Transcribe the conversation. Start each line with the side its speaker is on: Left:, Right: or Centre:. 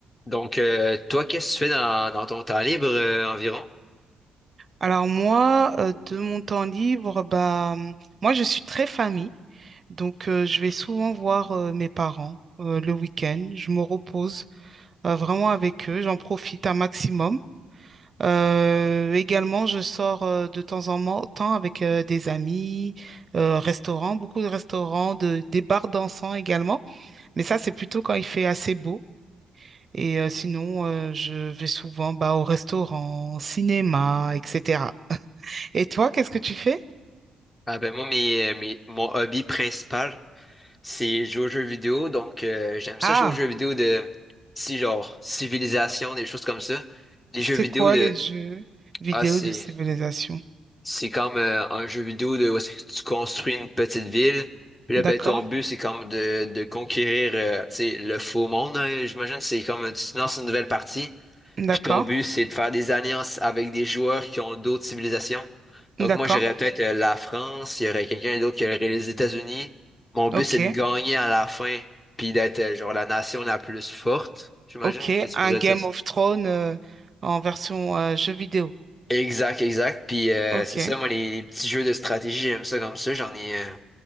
Left: Donc, euh, toi, qu'est-ce que tu fais dans, dans ton temps libre euh, environ?
Right: Alors moi, euh, de mon temps libre, bah, hum, moi je suis très famille, donc euh, je vais souvent voir euh, mes parents euh, le week-end. Je me repose euh, vraiment avec eux, j'en profite un maximum. Euh, également, je sors euh, de temps en mo- temps avec euh, des amis, euh, restaurants, beaucoup de restaurants, de, des bars dansants également. Mais ça, c'est plutôt quand il fait assez beau. Et euh, sinon, euh, je vais souvent bah, au restaurant, cinéma, etc. Et toi, qu'est-ce que tu fais?
Left: Ah ben moi, mes, euh, mes- mon hobby principal, c'est jouer aux jeux vidéo. Donc, euh, j'aime ça
Right: Ah,
Left: jouer aux jeux vidéo de si genre civilisation, des choses comme ça. Les
Right: c'est
Left: jeux vidéo
Right: quoi
Left: de
Right: les jeux vidéo
Left: ah c'est
Right: de civilisation?
Left: c'est comme euh, un jeu vidéo de où est-ce que tu construis une petite ville. Puis là,
Right: D'accord,
Left: ben ton but, c'est comme de, de conquérir euh, tu sais, le faux monde. hein. J'imagine que c'est comme tu te lances une nouvelle partie.
Right: d'accord,
Left: Puis ton but, c'est de faire des alliances avec des joueurs qui ont d'autres civilisations. Donc
Right: d'accord.
Left: moi, j'aurais peut-être euh, la France, il y aurait quelqu'un d'autre qui aurait les États-Unis. Mon but,
Right: Ok,
Left: c'est de gagner à la fin, puis d'être euh, genre la nation la plus forte. J'imagine
Right: ok.
Left: que tu
Right: Un
Left: pourrais
Right: Game
Left: dire ça.
Right: of Thrones euh, en version euh, jeu vidéo.
Left: Exact, exact. Puis euh,
Right: Ok,
Left: c'est ça, moi, les, les petits jeux de stratégie, j'aime ça comme ça. J'en ai, euh,